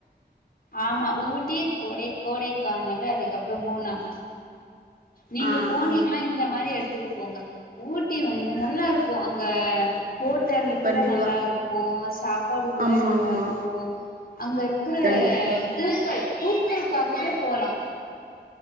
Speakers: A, on the left; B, on the right.
A: ஆமா ஊட்டி கொடை கோடைக்கானல் அதுக்கப்புறம் மூணார் நீங்க
B: ஆ
A: போனீங்கன்னா
B: ஆ
A: இந்த மாரி எடத்துக் போங்க ஊட்டி வந்து நல்லா இருக்கும் அங்க ஹோட்டல் கூட
B: கண்டிப்பா
A: நல்லாருக்கு சாப்பாடு கூட
B: ஆமா
A: நல்லாருக்கு
B: ஆமா
A: அங்க இருக்குற
B: கண்டிப்பா
A: பூக்கள் பூக்கள்காகவே போலா